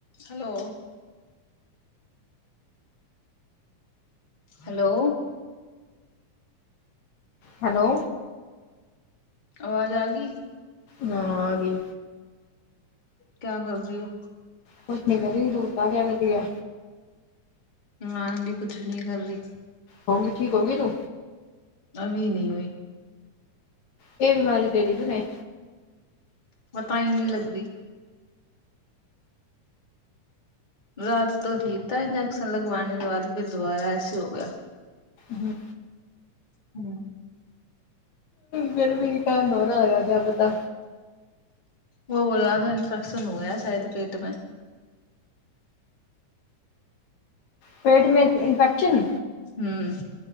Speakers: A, on the left (about 15°); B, on the left (about 65°).
A: ہلو ہلو
B: ہیلو
A: آواز آ گی
B: ہاں آگںی
A: کیا کر رہی ہو
B: کچھ نہیں کر رہی دو ذیادہ کردیا
A: میں ابھی کچھ نہیں کر رہی
B: ہوگی ٹھیک ہوگی تو
A: ابھی نہیں ہوئی
B: یہ بیماری دے ری بی ناںی
A: پتہ ہی نہیں لگری رات تو ٹھیک تھا انجیکشن لگوانے کے بعد پھر دوبارہ ایسے ہو گیا
B: ہوں
A: ہوں
B: میرے میں کھر نورا آگا کیا پتا
A: وہ وہ زیادہ انفیکشن ہو گیا ہے شاید پیٹ میں
B: پیٹ میں انف انفیکشن
A: ہوں